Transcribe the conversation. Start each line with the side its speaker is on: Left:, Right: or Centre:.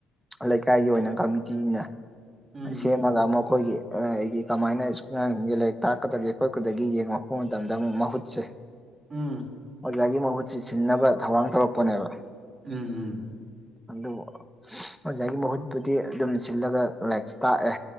Centre: ꯂꯩꯀꯥꯏꯒꯤ ꯑꯣꯏꯅ ꯀꯃꯤꯇꯤꯅ
Right: ꯎꯝ
Centre: ꯑꯁ ꯑꯃꯒ ꯃꯈꯣꯏꯒꯤ ꯍꯥꯏꯗꯤ ꯀꯃꯥꯏꯅ ꯑꯉꯥꯡꯁꯤꯡꯁꯦ ꯂꯥꯏꯔꯤꯛ ꯇꯥꯛꯀꯗꯒꯦ ꯈꯣꯠꯀꯗꯒꯦ ꯌꯦꯡꯂꯡꯉꯛꯄ ꯃꯇꯝꯗ ꯑꯃꯨꯛ ꯃꯍꯨꯠꯁꯦ
Right: ꯎꯝ
Centre: ꯑꯣꯖꯥꯒꯤ ꯃꯍꯨꯠꯁꯤ ꯁꯤꯟꯅꯕ ꯊꯧꯔꯥꯡ ꯇꯧꯔꯛꯄꯅꯦꯕ
Right: ꯎꯝ ꯎꯝ
Centre: ꯑꯗꯨ ꯑꯣꯖꯥꯒꯤ ꯃꯍꯨꯠꯄꯨꯗꯤ ꯑꯗꯨꯝ ꯁꯤꯜꯂꯒ ꯂꯥꯏꯔꯤꯛꯁꯨ ꯇꯥꯛꯑꯦ